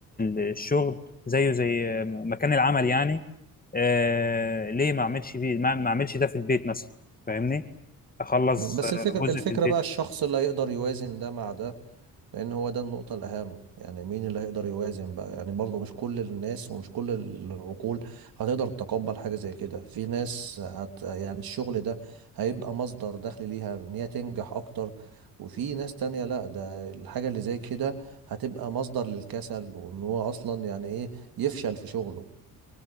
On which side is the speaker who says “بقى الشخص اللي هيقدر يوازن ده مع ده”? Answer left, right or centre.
Right